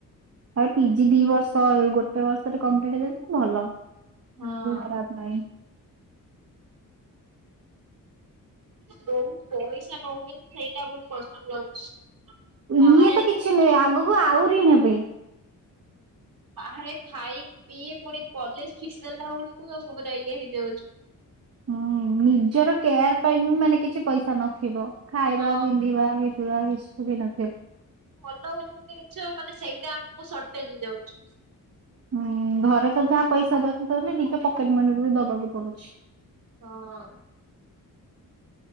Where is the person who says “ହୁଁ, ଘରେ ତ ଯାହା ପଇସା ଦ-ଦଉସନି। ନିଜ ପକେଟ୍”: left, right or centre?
Right